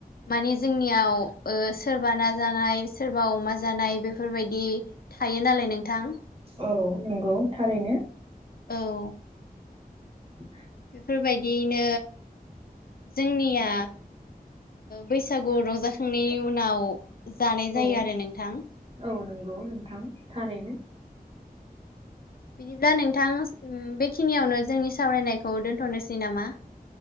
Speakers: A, on the left; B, on the right.
A: माने जोंनियाव सोरबा ना जानाय सोरबा अमा जानाय बेफोरबायदि थायो नालाय नोंथां।
B: औ नंगौ थारैनो।
A: औ।
B: <unintelligible>
A: बेफोर बायदियैनो जोंनिया बैसागु रंजाखांनायनि उनाव जानाय
B: औ
A: जायो आरो नोंथां।
B: औ नंगौ नोंथां थारैनो
A: बिदिब्ला नोंथां बेखिनियावनो जोंनि सावरायनायखौ दोन्थ'नोसै नामा?